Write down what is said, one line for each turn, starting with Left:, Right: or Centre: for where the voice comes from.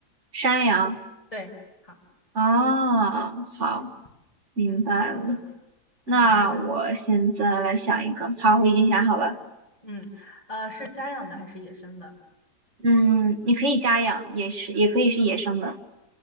Right: 山羊。
Left: 对。好。
Right: 啊，好，
Left: 嗯
Right: 明白了。
Left: 嗯，下一个，嗯，
Right: 那我现在来想一个，
Left: 你来吧。
Right: 好，我已经想好了。
Left: 嗯，呃，是家养的还是野生的？
Right: 嗯，你可以家养，也是，也可以是野生的。